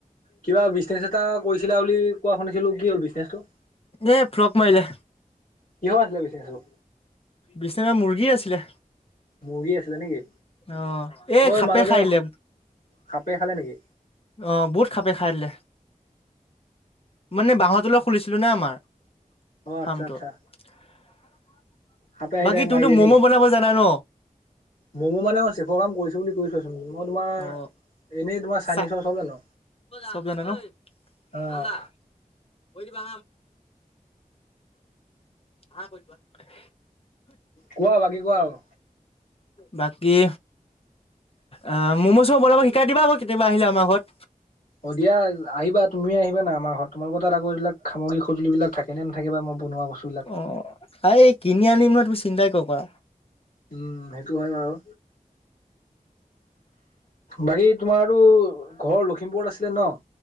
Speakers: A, on the left; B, on the left.
A: কিবা বিজনেছ এটা কৰিছিলা বুলি কোৱা শুনিছিলো কি হ'ল বিজনেছটো
B: এ ফ্লক মাৰিলে
A: কিহৰ আছিলে বিজনেছটো
B: বিচেৰা মুৰ্গী আছিলে
A: মুৰ্গী আছিলে নেকি
B: অ এ
A: ঐ
B: সাপে
A: মাজতে
B: খাইলে
A: সাপে খালে নেকি
B: অহ বহুত সাপে খাই দিলে মানে বাঁহৰ তলত খুলিছিলো না আমাৰ
A: অ
B: ফাৰ্মটো
A: আচ্ছা আচ্ছা
B: <inaudible>
A: সাপে আহি তাইক মাৰি
B: তুমিতো
A: দিয়ে
B: ম'ম'
A: নেকি?
B: বনাব জানা ন
A: মমো মানে অ চেফৰ কাম কৰিছো বুলি কৈ থৈছোঁ। মই তোমাৰ
B: অ
A: এনেই তোমাৰ চাইনিজৰ
B: চা
A: চব জানো
B: চব জান ন ঐ
A: অ'
B: ধান্দা সেইকেইটা আম <unintelligible>
A: কোৱা বাকী কোৱা আৰু
B: বাকী অ ম'ম' চোমো বনাব শিকাই দিবা আকৌ কেতিয়াবা আহিলে আমাৰ ঘৰত
A: অ দিয়া আহিবা তুমি আহিবা না আমাৰ ঘৰত তোমাৰ লগৰ তাত আকৌ এইবিলাক সামগ্ৰী সঁজুলিবিলাক থাকে নে নাথাকে বা মই বনোৱা বস্তুবিলাক
B: অ এই কিনি আনিম নহয় তুমি চিন্তাই ক বা
A: উম সেইটো হয় বাৰু অ বাকী তোমাৰো ঘৰ লখিমপুৰত আছিলে ন?